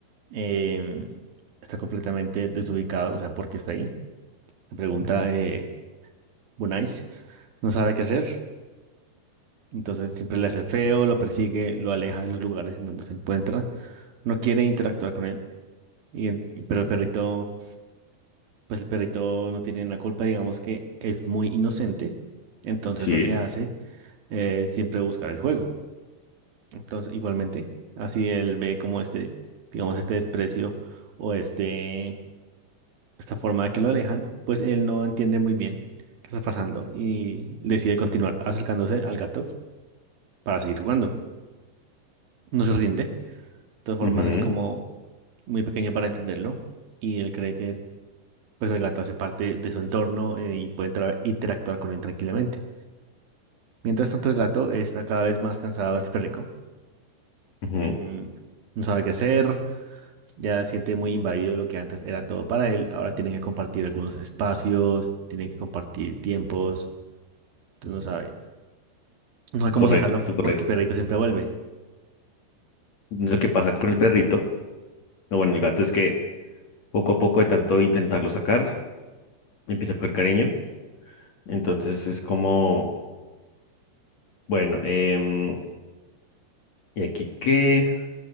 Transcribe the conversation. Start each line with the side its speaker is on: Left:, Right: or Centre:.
Right: em, está completamente desubicado, o sea, ¿por qué está ahí? Se pregunta,
Left: Ujú.
Right: eh, Bunais, no sabe qué hacer. Entonces siempre le hace el feo, lo persigue, lo aleja de los lugares en donde se encuentra. No quiere interactuar con él. Y en- y- pero el perrito, pues el perrito no tiene la culpa, digamos que es muy inocente. Entonces
Left: Sí,
Right: lo que hace es siempre buscar el juego. Entonces, igualmente, así él ve como este, digamos, este desprecio o este, esta forma de que lo alejan, pues él no entiende muy bien qué está pasando y decide continuar acercándose al gato para seguir jugando. No se rinde. todas formas
Left: ujú,
Right: es como muy pequeño para entenderlo y él cree que pues el gato hace parte de su entorno eh, y puede entra- interactuar con él tranquilamente. Mientras tanto el gato está cada vez más cansado de este perrico,
Left: ujú,
Right: em, no sabe qué hacer, ya siente muy invadido lo que antes era todo para él, ahora tiene que compartir algunos espacios, tiene que compartir tiempos, entonces no sabe, no sabe cómo
Left: Correcto,
Right: sacarlo
Left: correcto.
Right: porque el perrito siempre vuelve.
Left: Entonces, Lo que pasa con el perrito, o bueno, el gato es que poco a poco de tanto intentarlo sacar, empieza a coger cariño. Entonces es como, bueno, em, ¿y aquí qué?